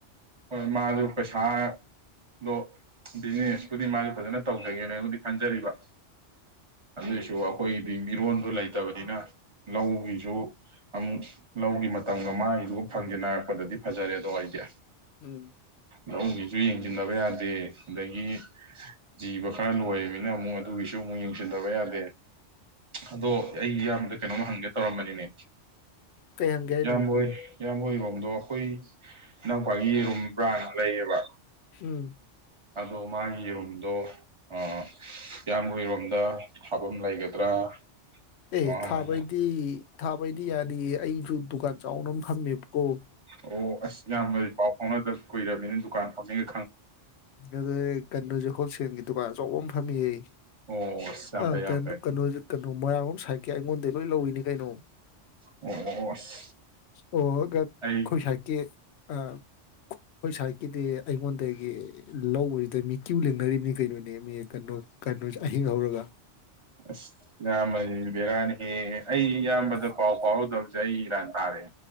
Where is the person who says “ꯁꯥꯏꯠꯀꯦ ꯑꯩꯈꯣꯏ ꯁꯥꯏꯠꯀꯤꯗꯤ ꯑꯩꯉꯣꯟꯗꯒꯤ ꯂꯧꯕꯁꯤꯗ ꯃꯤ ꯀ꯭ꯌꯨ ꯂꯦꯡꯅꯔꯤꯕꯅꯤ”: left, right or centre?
Left